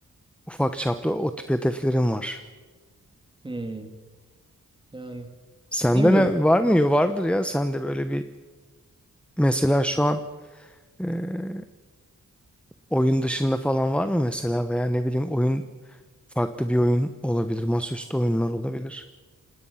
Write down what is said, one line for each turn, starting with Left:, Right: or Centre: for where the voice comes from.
Centre: ufak çaplı o tip hedeflerim var.
Right: Hı. Yani
Centre: Sende
Right: demiyorum
Centre: ne var mı? Yo, Vardır ya sende böyle bir mesela şu an eee, oyun dışında falan var mı mesela veya ne bileyim oyun farklı bir oyun olabilir masaüstü oyunlar olabilir.